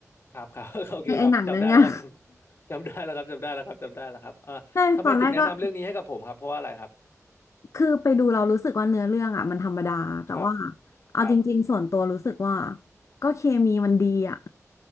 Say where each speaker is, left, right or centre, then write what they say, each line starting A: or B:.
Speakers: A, on the left (about 40°); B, on the left (about 60°).
A: ครับครับ <laughs> โอเคครับจำได้แล้วครับจำจำได้แล้วครับจำได้แล้วครับจำได้แล้วครับอ่าทำไมถึงแนะนำเรื่องนี้ให้กับผมครับเพราะว่าอะไรครับ
B: ไอไอหนังเรื่องเนี้ย <laughs> ใช่ตอนแรกก็คือไปดูเรารู้สึกว่าเนื้อเรื่องอะมันธรรมดาแต่ว่า
A: ครับ
B: เอาจริงๆส่วนตัวรู้สึกว่า
A: ครับ
B: ก็เคมีมันดีอะ